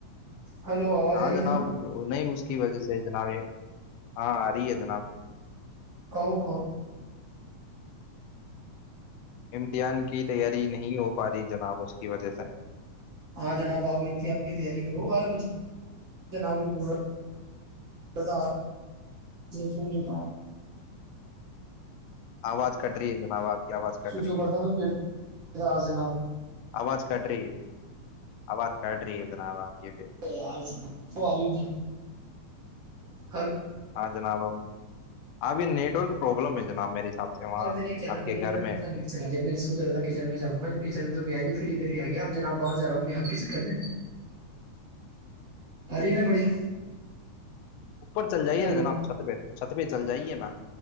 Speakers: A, on the right (about 40°); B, on the left (about 80°).
A: ہلو آواز
B: ہاں
A: آ رہی ہے جناب
B: نہیں اس کی وجہ سے جناب ہاں ا رہی ہے جناب
A: کہوں کہوں
B: امتحان کی تیاری نہیں ہو پا رہی جناب اس کی وجہ سے
A: ہاں جناب آپ اامتحان کی تیاری کرو اور میں جناب ہی بول رہا فونٹا
B: آواز کٹ رہی ہے جناب آپ کی آواز کٹ
A: سوئچ
B: رہی
A: اوور
B: ہے
A: تھا میں پیٹ تھا آج جناب
B: آواز کٹ رہی ہے آواز کٹ رہی ہے جناب آپ کی پھر
A: <unintelligible>
B: ہاں جناب آ پھر نیٹ ورک پرابلم ہے جناب میرے حساب سے وہاں
A: ارے میں نے کیا
B: آپ
A: نا
B: کے
A: پہے
B: گھر
A: میرا
B: میں
A: خود نیٹ چلا لیا میں سوچ رہا تھا کچن میں جاؤں گا کچن میں تو گیا نہیں پھر ادھر ہی آ گیا جناب باہر جا رہا ہوں میں آپ کے چکر میں آ رہی ہے نا بڑھیا
B: اوپر چل جائیے
A: ہلو
B: نا جناب چھت پہ چھت پہ چل جائیے نا